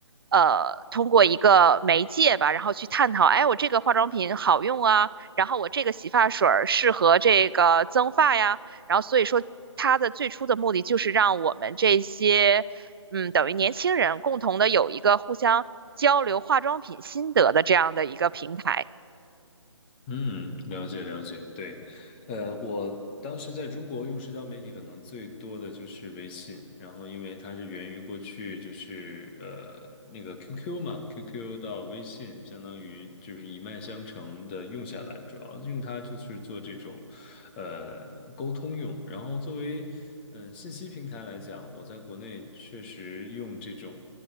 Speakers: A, on the right; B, on the left.
A: 呃，通过一个媒介吧，然后去探讨，哎，我这个化妆品好用啊，然后我这个洗发水儿适合这个增发呀，然后所以说它的最初的目的就是让我们这些，嗯，等于年轻人共同的有一个互相交流化妆品心得的这样的一个平台，
B: 嗯，了解了解，对，呃，我当时在中国用社交媒体可能最多的就是微信，然后因为它是源于过去就是呃那个 QQ 嘛，QQ 到微信相当于就是一脉相承的用下来，主要用它就是做这种呃沟通用，然后作为嗯、呃信息平台来讲，我在国内确实用这种。